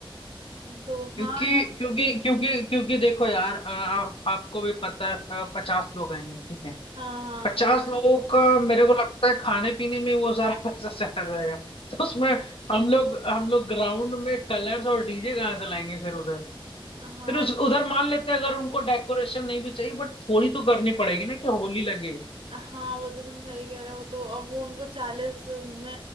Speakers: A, on the right; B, on the left.
A: तो हाँ
B: क्योंकि
A: यार
B: क्योंकि क्योंकि क्योंकि देखो यार अ, आप, आपको भी पता है पचास लोग आएंगे ठीक है
A: हाँ
B: पचास लोगों का मेरे को लगता है खाने पीने में वो सारा <laughs> पैसा चला जाएगा तो उसमें हम लोग हम लोग ग्राउंड में कलर्स और डीजे कहाँ से लाएंगे फिर उधर
A: हाँ हाँ
B: फिर उस उधर मान लेते हैं अगर उनको डेकोरेशन नहीं भी चाहिए बट थोड़ी तो करनी पड़ेगी ना कि होली लगे
A: हाँ वो तो तुम सही कह रहे हो वो तो अब वो उनको चालीस में